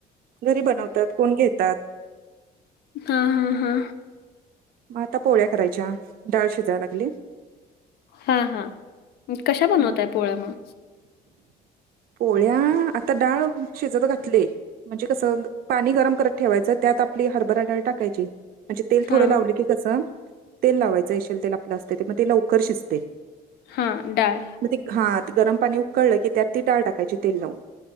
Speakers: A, on the right (about 60°); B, on the left (about 70°).
A: घरी बनवतात, कोण घेतात.
B: हा हा हा.
A: मग आता पोळ्या करायच्या, डाळ शिजाय लागली.
B: हा हा, कशा बनवताय
A: मग
B: पोळ्या मग?
A: पोळ्या आता डाळ शिजत घातलीय. म्हणजे कसं पाणी गरम करत ठेवायचं, त्यात आपली हरभरा डाळ टाकायची म्हणजे तेल थोडं
B: हां,
A: लावले कस तेल लावायचं. हेशल तेल आपलं असते ते, मग ते लवकर शिजते.
B: हा, डाळ
A: मग ते हा गरम पाणी उकळलं की, त्यात ती डाळ टाकायची तेल लावून